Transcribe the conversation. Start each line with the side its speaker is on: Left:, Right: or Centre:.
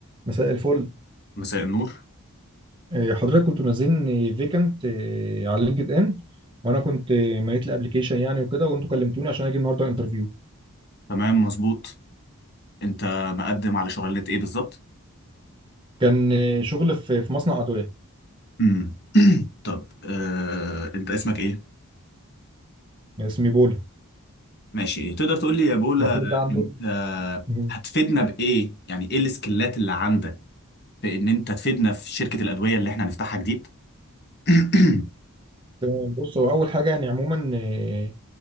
Right: مساء الفل
Left: مساء النور
Right: إيه، حضرتك كنتوا منزلين فيكنت على لينكد ان وانا كنت إيه، مليت الابلكيشن يعني وكده وانتوا كلمتوني عشان اجي النهارده انترفيو
Left: تمام مظبوط انت مقدم على شغلانة ايه بالظبط
Right: كان إيه، شغل في في مصنع ادويه
Left: امم <clears throat> طب آه، انت اسمك ايه
Right: اسمه بولا
Left: ماشي ايه تقدر تقول لي يا بولا
Right: ما كل ده عنده
Left: انت
Right: مهم.
Left: هتفيدنا بايه يعني ايه السكيلات اللي عندك في ان انت تفيدنا في شركة الأدوية اللي احنا هنفتحها جديد <clears throat>
Right: تمام بص هو اول حاجه يعني عموما إيه،